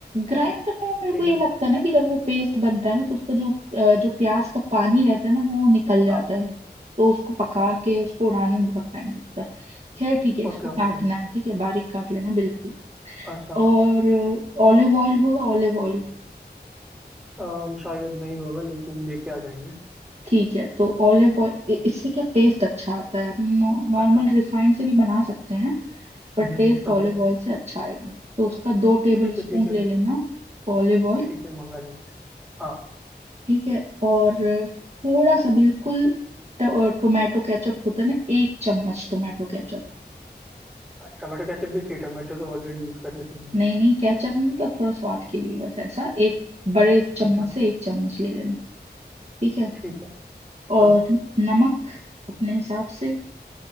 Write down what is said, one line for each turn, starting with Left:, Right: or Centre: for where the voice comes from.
Right: ग्राइंड करने में मेरे
Centre: ठीक
Right: को ये
Centre: है
Right: लगता है ना कि जब वो पेस्ट बनता है ना तो उसका जो अ, जो प्याज का पानी रहता है ना वो निकल जाता
Centre: हाँ
Right: है तो उसको पका
Centre: हाँ
Right: के उसको उड़ाने में बहुत टाइम लगता है खैर ठीक है इसको
Centre: Okay okay
Right: काटना है ठीक है बारीक काट लेना बिल्कुल
Centre: अच्छा
Right: और ऑलिव ऑयल होगा ऑलिव ऑयल
Centre: अम, शायद नहीं होगा लेकिन लेके आ जाएंगे
Right: ठीक है तो ऑलिव ऑयल इससे क्या टेस्ट अच्छा आता है आप नॉर्मल
Centre: अच्छा
Right: रिफाइंड से भी बना सकते हैं पर
Centre: हम्म
Right: टेस्ट ऑलिव
Centre: ओके
Right: ऑयल से अच्छा आएगा तो उसका दो टेबल
Centre: ठीक है
Right: स्पून
Centre: ठीक है
Right: ले लेना ऑलिव ऑयल
Centre: ठीक है मंगा लेंगे हाँ
Right: ठीक है और थोड़ा सा बिल्कुल ट- टोमेटो केचप होता है ना एक चम्मच टोमेटो केचप
Centre: अच्छा टमाटो केचप भी चाहिए टमाटो तो ऑलरेडी यूज़ कर रहे हैं सब्जी
Right: नहीं नहीं केचप मतलब थोड़ा स्वाद के लिए बस ऐसा एक बड़े चम्मच
Centre: अच्छा
Right: से एक चम्मच ले लेना ठीक है
Centre: ठीक है
Right: और
Centre: ओ-
Right: नमक अपने हिसाब से